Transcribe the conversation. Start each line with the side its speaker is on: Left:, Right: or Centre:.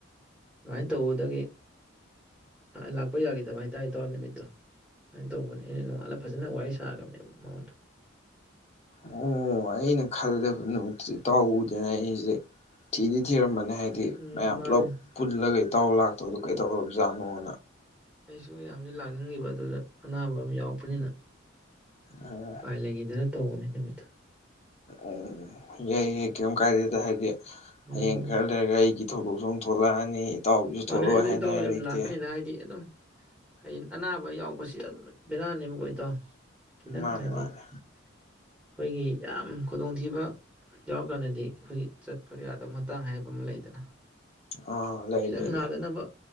Centre: ꯑꯗꯨꯃꯥꯏꯅ ꯇꯧꯕꯗꯒꯤ ꯂꯥꯛꯄ ꯌꯥꯈꯤꯗꯕ ꯍꯥꯏꯇꯥꯔꯦ ꯏꯇꯥꯎ ꯅꯨꯃꯤꯠꯇꯣ꯫ ꯑꯃꯥꯏꯅ ꯇꯧꯕꯅꯦ ꯑꯩꯅ ꯅꯣꯡꯉꯥꯜꯂꯒ ꯐꯖꯅ ꯋꯥꯔꯤ ꯁ ꯊꯥꯒꯕꯅꯦ ꯃꯣꯟꯗ꯫
Left: ꯑꯣ ꯑꯩꯅ ꯈꯜꯂꯦꯕ ꯅꯨꯃꯤꯠꯇꯣ ꯏꯇꯥꯎ ꯎꯗꯦꯅ ꯑꯩꯁꯦ ꯊꯤꯗꯤ ꯊꯤꯔꯝꯕꯅꯦ꯫ ꯍꯥꯏꯗꯤ
Centre: ꯎꯝ
Left: ꯃꯌꯥꯝ
Centre: ꯃꯥꯅꯦ
Left: ꯄꯨꯂꯞ ꯄꯨꯜꯂꯒ ꯏꯇꯥꯎ ꯂꯥꯛꯇꯕꯗꯣ ꯀꯩ <unintelligible>
Centre: ꯑꯩꯁꯨ ꯌꯥꯝꯅ ꯂꯥꯛꯅꯤꯡꯉꯤꯕ ꯑꯗꯨꯗ ꯑꯅꯥꯕ ꯑꯃ ꯌꯥꯎꯔꯛꯄꯅꯤꯅ꯫
Left: ꯑꯣ
Centre: ꯎꯄꯥꯏ ꯂꯩꯈꯤꯗꯅ ꯇꯧꯕꯅꯦ ꯅꯨꯃꯤꯠꯇꯣ꯫
Left: ꯎꯝ ꯌꯥꯏ ꯌꯥꯏ ꯀꯩꯝ ꯀꯥꯏꯗꯦꯗ ꯍꯥꯏꯗꯤ
Centre: ꯎꯝ
Left: ꯍꯌꯦꯡ ꯈꯔ ꯂꯩꯔꯒ ꯑꯩꯒꯤ ꯊꯧꯗꯣꯛꯆ ꯊꯣꯛꯂꯛꯑꯅꯤ ꯏꯇꯥꯎꯕꯤꯁꯨ
Centre: ꯃꯥꯅꯦ
Left: ꯊꯣꯛꯂꯛꯑꯣꯏ
Centre: ꯑꯗꯨ
Left: ꯍꯥꯏꯅꯤꯡꯉꯥꯏ
Centre: ꯏꯇꯥꯎ ꯌꯥꯝ
Left: ꯂꯩꯇꯦ꯫
Centre: ꯂꯥꯛꯀꯅꯤꯗ ꯍꯥꯏꯗꯤ ꯑꯗꯨꯝ ꯍꯌꯦꯡ ꯑꯅꯥꯕ ꯌꯥꯎꯕꯁꯦ ꯕꯦꯔꯥꯅꯦꯕ ꯏꯇꯥꯎ꯫ ꯈꯤꯇꯪ
Left: ꯃꯥꯅꯦ
Centre: ꯍꯥꯏꯗꯤ
Left: ꯃꯥꯅꯦ
Centre: ꯑꯩꯈꯣꯏꯒꯤ ꯌꯥꯝ ꯈꯨꯗꯣꯡꯊꯤꯕ ꯌꯥꯎꯔꯀꯥꯟꯗꯗꯤ ꯑꯩꯈꯣꯏꯒꯤ ꯆꯠꯄ ꯌꯥꯗꯕ ꯃꯇꯥꯡ ꯍꯥꯏꯕ ꯑꯃ ꯂꯩꯗꯅ
Left: ꯑꯥ ꯂꯩ
Centre: ꯈꯤꯇꯪ
Left: ꯂꯩ
Centre: ꯅꯥꯗꯅꯕ
Left: ꯂꯩ